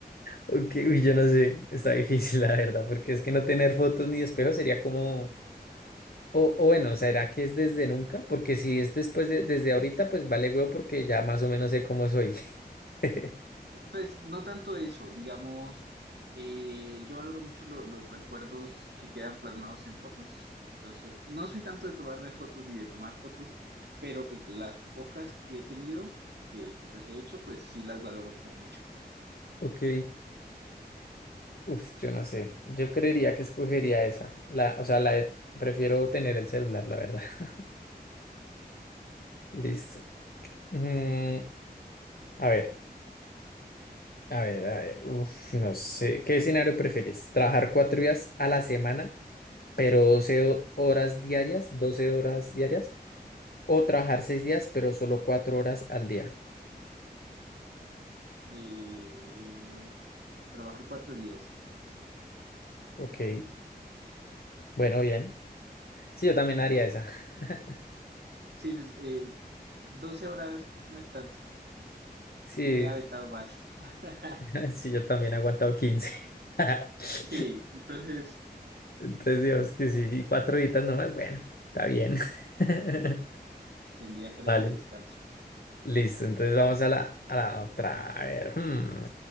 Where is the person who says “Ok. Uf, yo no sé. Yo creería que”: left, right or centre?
Left